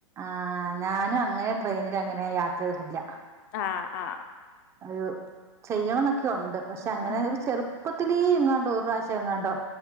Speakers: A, on the right; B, on the left.
A: ആ നാനും അങ്ങനെ ട്രെയിനൽ അങ്ങനെ യാത്ര ചെയ്തിട്ടില്ല
B: ആഹ് ആ
A: ഒരു ചെയ്യുന്നൊക്കെ ഉണ്ട് പക്ഷെ അങ്ങനെ
B: ആഹ്
A: ഒരു ചെറു പ്പത്തിലേ എങ്ങാണ്ടോഒരു പ്രാവശ്യം എങ്ങാണ്ടോ